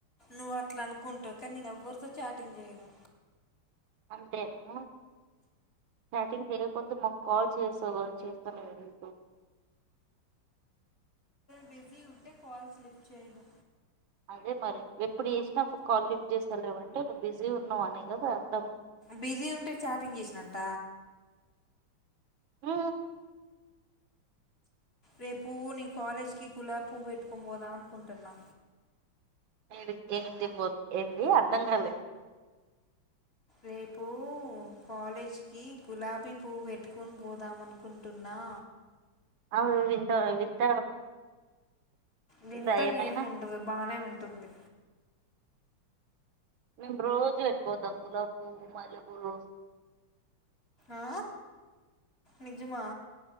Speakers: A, on the left; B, on the right.
A: నువ్వు అట్లా అనుకుంటావు కానీ నేను ఎవ్వరితో చాటింగ్ చేయను
B: అంతేనా చాటింగ్ చేయకపోతే మాకు కాల్ చేస్తావుగ చేస్తానుగ నీ
A: బేజీ ఉంది అే కాల్స్ లిఫ్ట్ చేయను
B: అదే మరి ఎప్పుడు చేేసినా కాల్ లిఫ్ట్ చేస్త లేవంటే నువ్వు బిజీగా ఉన్నావు అనే కదా అర్థం
A: బిజీ ఉంటే చాటింగ్ చేసినట్ట
B: ఆ
A: రేపు నేను కాలేజీకి గులాబి పువ్వు పెట్టుకని పోదాం అనుకుంటున్నా
B: మీది ఏంటి ఏంటి అర్థం కాలేదు
A: రేపు కాలేజ్కి గులాబీ పువ్ పెట్టుకుని పోదాం ఆ
B: అవు వింద వింత
A: వింతగా
B: ఉందా ఏమైనా
A: ఏమి ఉండదు బాగానే ఉంట ట్టుంది
B: మేము రోజు పెట్టుకపోతాం గులాబ పువ్వు మల్లెపూలు
A: ఆ? నిజమా